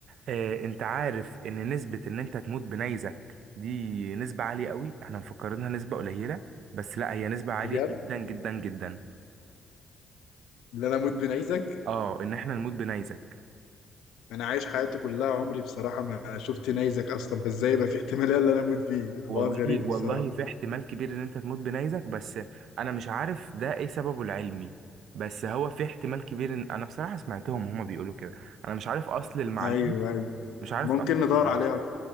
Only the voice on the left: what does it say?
بجد
اللي أنا أموت بنيزك
أنا عايش حياتي كلها عمري بصراحة ما شفت نيزك أصلا فإزاي يبقى في احتمالية اللي أنا أموت فيه
حوار غريب
بصراحة
أيوه أيوه
ممكن
ندور
عليها أكتر